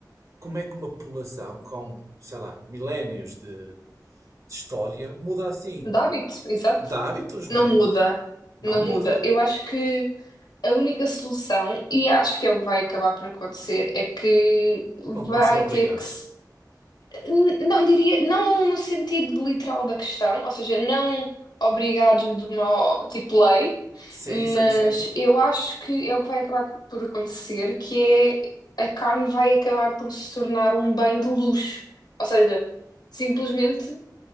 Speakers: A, on the right; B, on the left.
A: como é que uma população com, sei lá, milénios de, de história muda assim?
B: do hábito, exato.
A: De hábitos, não
B: Não
A: é?
B: muda,
A: Não
B: não
A: muda.
B: muda. Eu acho que a única solução, e acho que é o que vai acabar por acontecer, é que
A: Pronto,
B: vai
A: vamos ser obrigados.
B: ter que se N- Não diria, não no sentido literal da questão, ou seja, não obrigados de uma, tipo, lei,
A: Sim, sim,
B: mas
A: sim.
B: eu acho que é o que vai acabar co- por acontecer, que é a carne vai acabar por se tornar um bem de luxo. Ou seja, simplesmente,